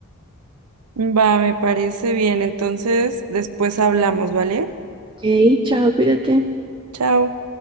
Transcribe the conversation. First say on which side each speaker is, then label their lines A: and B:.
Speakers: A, on the right; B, on the right.
A: Va, me parece bien, entonces después hablamos, ¿vale?
B: Ok, chao, cuídate.
A: Chao.